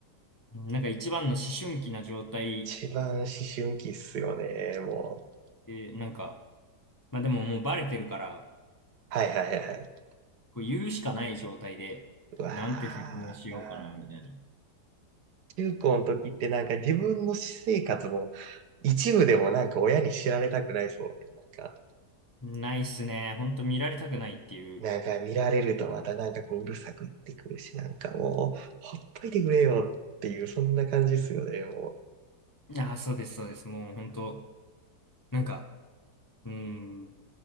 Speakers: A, on the left; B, on the right.
A: なんか一番の思春期な状態
B: ん。一番思春期っすよね、もう。
A: で、なんか、まあでももうバレてるから、
B: はいはいはいはい。
A: こう言うしかない状態で、
B: うわあ。
A: なんて説明しようかな、みたいな。
B: 中高の時ってなんか自分の私生活も一部でもなんか親に知られたくないそうで、なんか、
A: ないっすね。ほんと見られたくないっていう。
B: なんか見られるとまたなんかこううるさく言ってくるし、なんかもう、ほっといてくれよっていう、そんな感じですよね、も
A: ああ、そうです、そうです。もうほんと、なんか、うーん。